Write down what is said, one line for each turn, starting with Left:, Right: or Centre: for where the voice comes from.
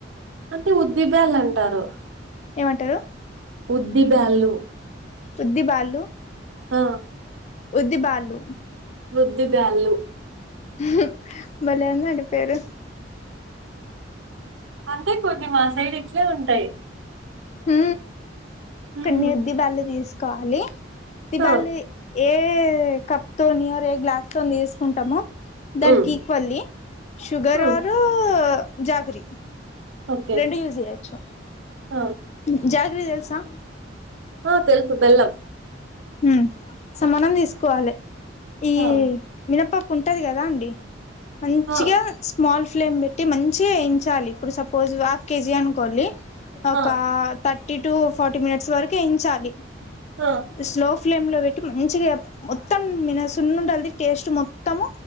Right: అంటే ఉద్దిబల్ అంటారు
Left: ఏమంటారు
Right: ఉద్దిబళ్లు
Left: ఉద్ది బాళ్ళు
Right: అ
Left: ఉద్దిబళ్ళు
Right: వుద్ధి డాళ్లు
Left: హు బలేవుందండి పేరు
Right: అంతే కొద్ది మా సైడ్ ఇట్లనే ఉంటాయి.
Left: మ్ కొన్ని
Right: ఉమ్,
Left: ఉద్దిబళ్ళు తీసుకోవాలి ఉద్దిబల్లీ
Right: ఆ,
Left: ఏ కప్ తోనిర్ ఏ గ్లాస్ తో తీసుకుంటామో దానికి
Right: ఉమ్,
Left: ఈక్వల్లీ షుగర్
Right: ఉమ్,
Left: ఒరు జాగ్రి
Right: ఓకే
Left: రెండు యూజ్ చేయొచ్చు
Right: ఆ
Left: ఉహు జాగ్రి తెల్సా
Right: ఆ తెల్గు బెల్లం
Left: మ్ సమానం తీసుకోవాలి ఈ
Right: ఆ,
Left: మినపప్పు ఉంటది కదా అండి మంచిగా
Right: ఆ,
Left: స్మాల్ ఫ్లేమ్ పెట్టి మంచిగా ఎయించాలి ఇప్పుడు సపోజ్ హాఫ్ కేజీ అనుకొండి. ఒక
Right: ఆ,
Left: థర్టీ టు ఫార్టీ మినిట్స్ వరకు ఎయీంచాలి.
Right: అ
Left: స్లో ఫ్లేమ్లో పెట్టి మంచిగా మొత్తం మిన సున్ను ఉండల్ది టేస్ట్ మొత్తము